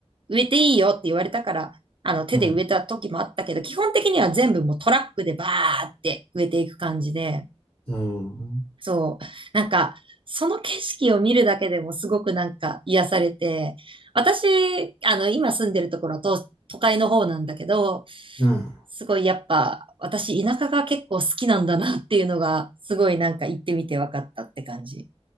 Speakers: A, on the right; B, on the left.
A: 植えていいよって言われたから、あの、手で植えた時もあったけど、
B: うん。
A: 基本的には全部もうトラックでバーって植えていく感じで、
B: うん。
A: そう。なんか、その景色を見るだけでもすごくなんか癒されて、私、あの、今住んでるところは都都会の方なんだけど、
B: うん。
A: すごいやっぱ、私田舎が結構好きなんだなっていうのが、すごいなんか行ってみて分かったって感じ。